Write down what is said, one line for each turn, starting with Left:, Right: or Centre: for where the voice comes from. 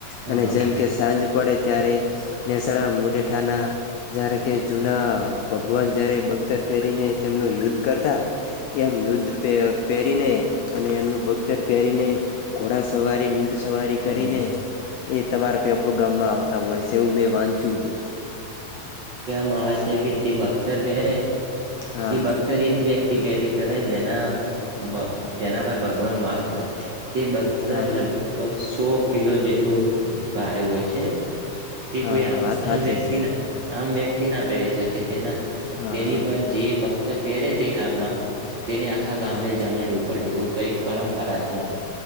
Right: હા
Left: અને
Right: હા
Left: જેમ કે સાંજ. પડે, ત્યારે હેસણા મુડેઠા ના જારે કે જુના ભગવાન જયારે બગદર પહેરીને, તેમનું યુદ્ધ કરતા, એમ યુદ્ધ પહેરીને અને એમનું બગદર પહેરીને, ઘોડા સવારી સવારી કરીને
Right: હા
Left: એ તમારા પેપડું ગામમાં આવતા હોય છે. એવું મેં વાંચ્યું હતું.
Right: મા આવે છે કે જે બખ્તર પહેરે
Left: હા
Right: તે
Left: હા
Right: બખ્તર એ જ વ્યક્તિ પહેરી કરે જેના ભ જેના પર ભગવાનનો હાથ હોય તે બગતર
Left: હા
Right: લગભગ
Left: હા
Right: સો કિલો જેટલું ભારે હોય છે. તે
Left: હા
Right: કોઈ આમ
Left: હા વાત સાચી
Right: વ્યક્તિના આ વ્યક્તિ ના પહેરી શકે કે તેના
Left: છે હા
Right: તેની
Left: હા
Right: પર જે બખ્તર પહેરે તે ગામમાં તેને આખા
Left: હા
Right: ગામને જમાડવું પડે એવું કઈક પરંપરા છે,